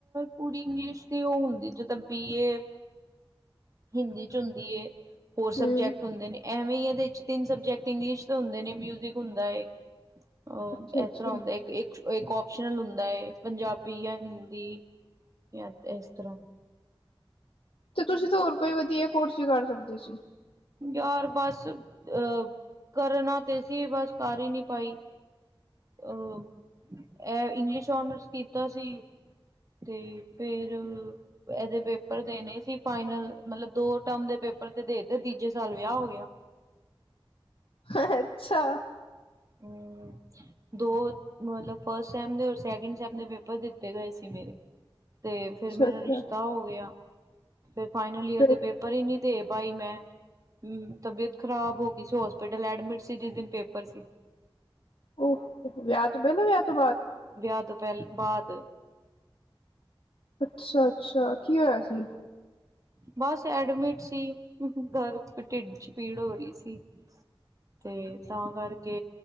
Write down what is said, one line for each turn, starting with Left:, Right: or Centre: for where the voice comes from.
Right: ਪੂਰੀ ਇੰਗਲਿਸ਼ ਦੀ ਉਹ ਹੁੰਦੀ, ਜਿੱਦਾਂ ਬੀ ਏ ਹਿੰਦੀ 'ਚ ਹੁੰਦੀ ਏ ਹੋਰ ਸਬਜੈਕਟ
Left: ਹਮ
Right: ਹੁੰਦੇ ਨੇ। ਐਵੇਂ ਈ ਇਹਦੇ ਚ ਤਿੰਨ ਸਬਜੈਕਟ ਇੰਗਲਿਸ਼ ਦੇ ਹੁੰਦੇ ਨੇ, ਮਿਊਜਿਕ ਹੁੰਦਾ ਏ। ਉਹ
Left: ਅੱਛਾ
Right: ਏਤਰ੍ਹਾਂ
Left: ਅੱਛਾ
Right: ਹੁੰਦਾ ਇੱਕ-ਇੱਕ ਓ ਇੱਕ ਓਪਸ਼ਨਲ ਹੁੰਦਾ ਹੈ, ਪੰਜਾਬੀ ਜਾਂ ਹਿੰਦੀ ਜਾਂ ਇਸ ਤਰ੍ਹਾਂ।
Left: ਤੇ ਤੁਸੀਂ ਤਾਂ ਹੋਰ ਕੋਈ ਵਧੀਆ ਕੋਰਸ ਵੀ ਕਰ ਸਕਦੇ ਸੀ?
Right: ਯਾਰ, ਬਸ ਅਹ ਕਰਨਾ ਤੇ ਸੀ, ਬਸ ਕਰ ਹੀ ਨਹੀ ਪਾਈ! ਅ, ਇਹ ਇੰਗਲਿਸ਼ ਓਨਰਸ ਕੀਤਾ ਸੀ। ਤੇ ਫੇਰ ਇਹਦੇ ਪੇਪਰ ਦੇਣੇ ਈ ਸੀ ਫਾਈਨਲ, ਮਤਲਬ ਦੋ ਟਰਮ ਦੇ ਪੇਪਰ ਤੇ ਦੇਤੇ, ਤੀਜੇ ਸਾਲ ਵਿਆਹ ਹੋ ਗਿਆ!
Left: ਹ-ਹ ਅੱਛਾ।
Right: ਹਮ। ਦੋ ਮਤਲਬ ਫਸਟ ਸੈਮ ਦੇ ਓਰ ਸੈਕਿੰਡ ਸੈਮ ਦੇ ਪੇਪਰ ਦਿੱਤੇ ਗਏ ਸੀ ਮੇਰੇ। ਤੇ
Left: ਅੱਛਾ
Right: ਫੇਰ ਮੇਰਾ
Left: ਅੱਛਾ
Right: ਰਿਸ਼ਤਾ ਹੋ ਗਿਆ, ਫੇਰ ਫਾਈਨਲ ਈਅਰ
Left: ਫਿਰ
Right: ਦੇ ਪੇਪ ਪਰ ਇਨੀ ਦੇ ਪਾਈ ਮੈਂ। ਹਮ, ਤਬੀਅਤ ਖਰਾਬ ਹੋ ਗਈ ਸੀ, ਹੋਸਪਿਟਲ ਐਡਮਿਟ ਸੀ ਜਿਸ ਦਿਨ ਪੇਪਰ ਸੀ।
Left: ਉਹ ਵਿਆਹ ਤੋਂ ਪਹਿਲਾਂ ਵਿਆਹ ਤੋਂ ਬਾਅਦ?
Right: ਵਿਆਹ ਤੋਂ ਪਹਿਲ-ਬਾਅਦ।
Left: ਅੱਛਾ-ਅੱਛਾ, ਕੀ ਹੋਇਆ ਸੀ?
Right: ਬਸ, ਐਡਮਿਟ ਸੀ, ਦਰਦ ਢਿੱਡ ਚ ਪੀੜ ਹੋ ਰਹੀ ਸੀ। ਤੇ ਤਾਂ ਕਰਕੇ